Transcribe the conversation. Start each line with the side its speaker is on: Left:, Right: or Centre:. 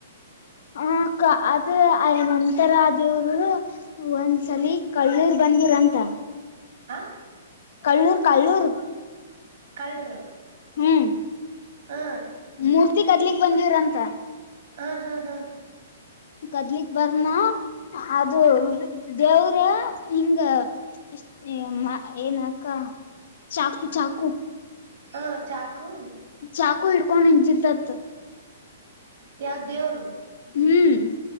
Left: ಹ ಕ ಅದು ನಂತರ ದೇವರು ಅಷ್ಟು ಒಂದ್ಸಲ ಕಳ್ಳೂರು ಬಂದಿರಂತ
Right: ಆ
Left: ಕಲ್ಲೂರ್ ಕಲ್ಲೂರ್
Right: ಕಲ್ರು
Left: ಹ್ಮ್
Right: ಹಾ
Left: ಮೂರ್ತಿ ಕಡ್ಲಿಗ್ ಬಂದೀವ್ರಂತ
Right: ಹಾ ಹಾ ಹಾ
Left: ಕದ್ಲಿಕ್ ಬರ್ನ ಅದು ದೇವ್ರ ಹಿಂಗ. ಅಷ್ಟೇಮ್ಮ ಏನ ಅಕ್ಕ ಚಾಕು ಚಾಕು
Right: ಹಾ ಚಾಕು.
Left: ಚಾಕು ಹಿಡ್ಕೊಂಡ ನಿಂತಿತ್ತತ.
Right: ಯಾವ ದೇವರು,
Left: ಹ್ಮ್